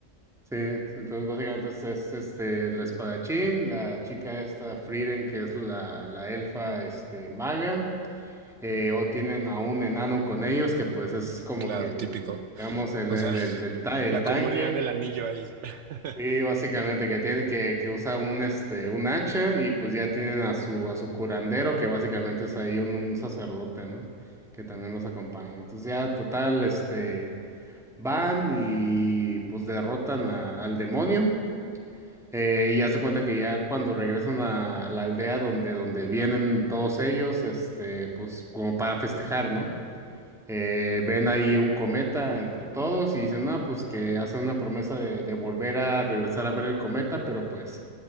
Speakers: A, in the centre; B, on the right.
A: Sí, entonces básicamente es, es, este la espadachín, la chica esta Frieren, que es la, la elfa este maga, eh, o tienen a un enano con ellos, que pues es como
B: Claro,
A: que el,
B: típico.
A: digamos, el,
B: O
A: el,
B: sea, <laughs>
A: el, del ta- el
B: la
A: tanque.
B: comunidad del anillo ahí. <laughs>
A: Y básicamente que tiene, que, que usa un este, un hacha, y pues ya tienen a su, a su curandero, que básicamente es ahí un, un sacerdote, ¿no? Que también los acompaña. Entonces ya total, este van y pues derrotan a- al demonio. Eh, y hace cuenta que ya cuando regresan a la aldea donde, donde vienen todos ellos, este, pues como para festejar, ¿no? Eh, ven ahí un cometa entre todos y dicen, no, pues que hacen una promesa de, de volver a regresar a ver el cometa, pero pues